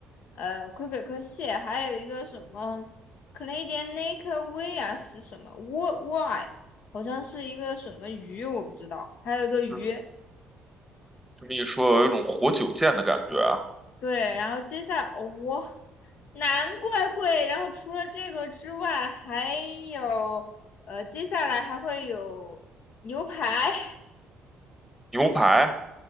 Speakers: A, on the left (about 65°); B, in the centre.
A: 呃，魁北克蟹，还有一个什么 Canadian Naked Whale 啊是什么 w w y 好像是一个什么鱼，我不知道，还有一个鱼。
B: 就这么一说，有一种活久见的感觉啊，
A: 对，然后接下来我、难怪贵。然后除了这个之外，还有呃，接下来还会有牛排。<laughs>
B: 牛排。